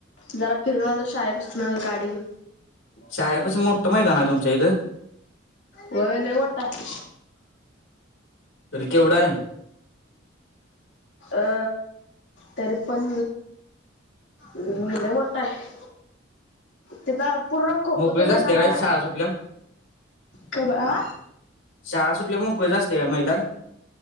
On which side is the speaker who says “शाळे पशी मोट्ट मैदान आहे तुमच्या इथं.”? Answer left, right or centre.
Left